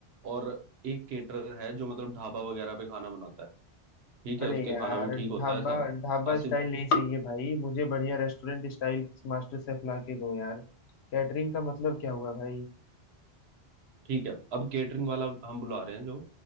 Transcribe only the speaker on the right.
और एक केटरर है जो मतलब ढाबा वगैरह पे खाना बनाता है ठीक है
उसके
खाना भी ठीक होता
है सब
ऐसे
ठीक है अब केटरिंग वाला हम बुला रहे हैं जो